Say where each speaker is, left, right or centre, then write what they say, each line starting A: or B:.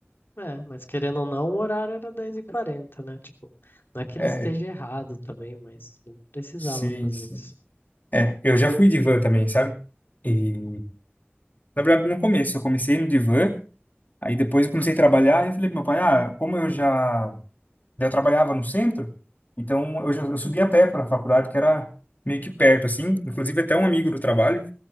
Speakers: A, on the left; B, on the left.
A: é, mas querendo ou não, o horário era 10 e 40, né? Tipo, não é que
B: É,
A: ele esteja errado também, mas não precisava
B: sim,
A: fazer
B: sim.
A: isso.
B: É, eu já fui de van também, sabe? E, na verdade, no começo, eu comecei no divã, aí depois eu comecei a trabalhar, e eu falei pro meu pai, ah, como eu já, já trabalhava no centro, então eu, já, eu subia a pé para a faculdade, que era meio que perto, assim, inclusive até um amigo do trabalho,